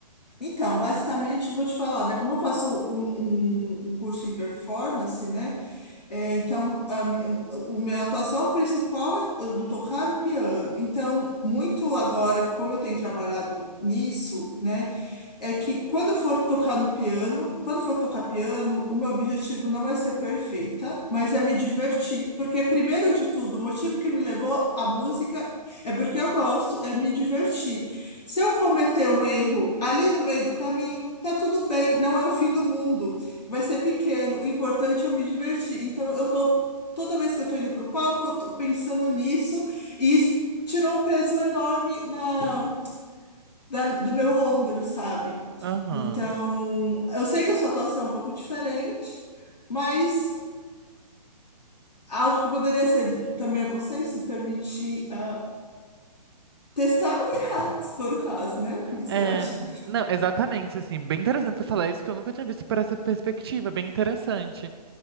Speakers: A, on the left; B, on the right.
A: Então, basicamente, vou te falar, né? Como eu faço um, um, um curso em performance, né? É, então, a, mi- o meu- a atuação principal é no tocar o piano. Então, muito agora, como eu tenho trabalhado nisso, né? é que quando eu for tocar no piano, quando eu for tocar piano, o meu objetivo não é ser perfeita, mas é me divertir. Porque, primeiro de tudo, o motivo que me levou à música é porque eu gosto, é me divertir. Se eu cometer um erro ali no meio do caminho, tá tudo bem, não é o fim do mundo, vai ser pequeno. O importante é eu me divertir. Então, eu tô. Toda vez que eu tô indo pro palco, eu tô pensando nisso, e isso tirou um peso enorme na, da- do meu ombro, sabe?
B: Aham.
A: Então, eu sei que a sua atuação é um pouco diferente, mas algo que poderia ser também a você é se permitir ah, testar e errar, se for o caso, né? O que você
B: É,
A: acha?
B: não, exatamente, assim, bem interessante você falar isso, que eu nunca tinha visto por essa perspectiva, bem interessante.